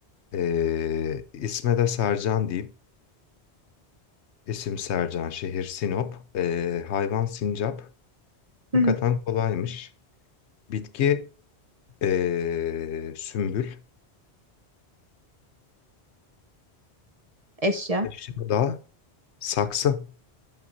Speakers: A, on the left (about 85°); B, on the right (about 40°).
A: Ee, isme de Sercan diyeyim. İsim Sercan, şehir Sinop, Ee, hayvan sincap. Hakikaten
B: Hı hı.
A: kolaymış. Bitki ee, sümbül,
B: Eşya.
A: eşya da saksı.